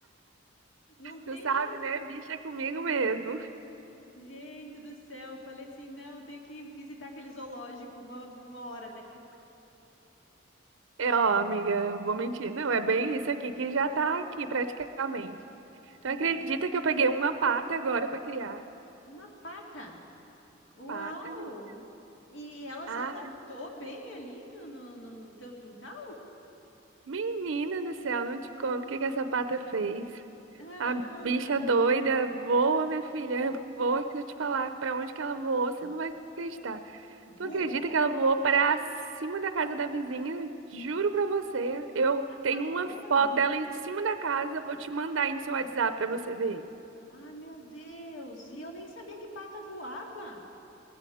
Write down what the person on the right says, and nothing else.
Tu sabe,
né? Bicho é comigo mesmo.
É, ó, amiga, vou mentir. Não, é bem isso aqui que já tá aqui praticamente.
Tu acredita que eu peguei uma pata agora pra criar?
Pata, menina.
Ah,
menina do céu, não te conto o que que essa pata fez.
A
bicha doida, voa, minha filha, voa que eu te falar pra onde que ela voou, você não vai acreditar. Tu
acredita que ela voou pra cima da casa da vizinha? Juro pra você, eu
tenho uma
foto
dela aí de cima da casa, vou te mandar aí no seu WhatsApp pra você ver.